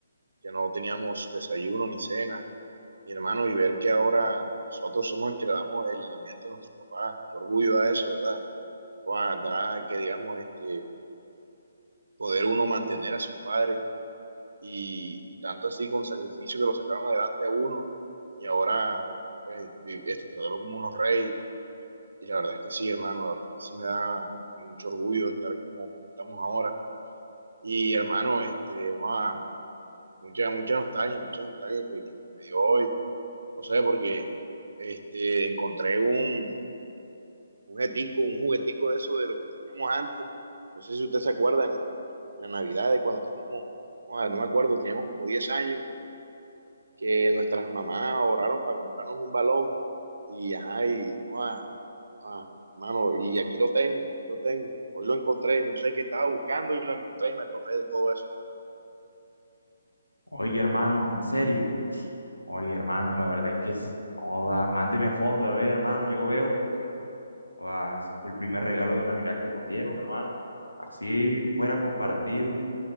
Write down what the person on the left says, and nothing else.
Oye, hermano, en serio, oye, hermano, la verdad es que, es- joda, mándeme foto, a ver, hermano, yo veo, porque, joda, ese fue el primer regalo de Navidad que nos dieron, hermano. Así fuera compartido.